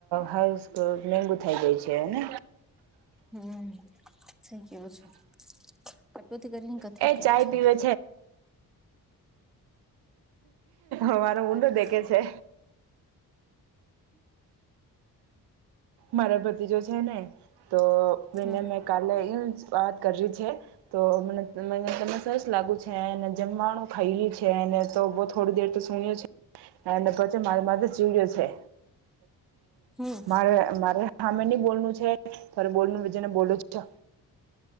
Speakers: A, on the right; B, in the centre.
A: હર મોંઘુ થઈ ગયું જ છેને
B: હમ સઈ કેવો છો‌? કટોતી કરીને કતરી
A: એ
B: કરે
A: ચાય
B: છે.
A: પીવે અમારો ઊડો
B: કટોતી
A: દેખે છે. મારા ભતિજો છે ને તો તેને
B: હમ
A: મે કાલે એ વાત કરી છે. તો મને તમને સરસ લાગુ છે જમવાનું ખૈલ છે ને તો બહુ થોડી દેર તો સુણ્યો છે અને પછી મારે માથે ચીવડ્યો છે.
B: હમ
A: મારે મારે હમે નહી બોલનું છે તરે બોલનું રીજે ને બોલ જ છે.